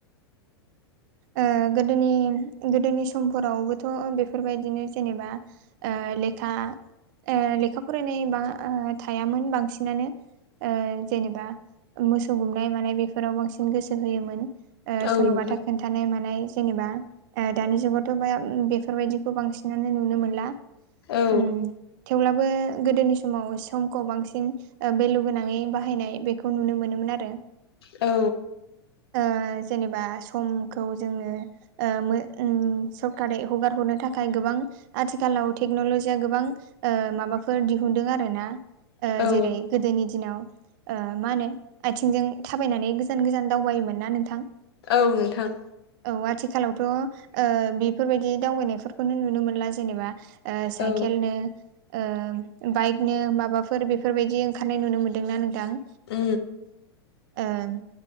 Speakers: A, on the right (about 45°); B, on the left (about 65°).
A: ओ गोदोनि गोदोनि समफोरावबोथ' बेफोरबायदिनो जेनेबा ओ लेखा ओ लेखा फरायनाय बा ओ थायामोन बांसिनानो। जेनेबा मोसौ गुमनाय मानाय बेफोराव बांसिन गोसो होयोमोन ओ
B: औ
A: सल'बा
B: नोंथां
A: खोन्थानाय मानाय जेनेबा ओ दानि जुगावथ' बा ओम बेफोरबायदिखौ बांसिनानो नुनो मोनला।
B: औ
A: उम थेवब्लाबो गोदोनि स माव समखौ बांसिन ओ बेलु गोनाङै बाहायनाय बेखौ नुनो मोनोमोन आरो।
B: औ
A: ओ जेनेबा समखौ जोङो ओ मो ओम सर्ट कार्टै हगार हरनो थाखाय गोबां आथिखालाव टेक्न'ल'जिया गोबां ओ माबाफोर दिहुनदों आरोना ओ
B: औ
A: जेरै गोदोनि दिनाव ओ मा होनो आथिंजों थाबायनानै गोजान गोजान दावबायोमोन ना नोंथां?
B: औ नोंथां।
A: औ आथिखालावथ' ओ बेफोरबायदि दावबायनायफोरखौनो नुनो मोनला जेनेबा। ओ साइकेलनो
B: औ
A: ओ बाइकनो माबाफोर बेफोरबायदि ओंखारनाय नुनो मोनदोंना नोंथां?
B: उ
A: ओं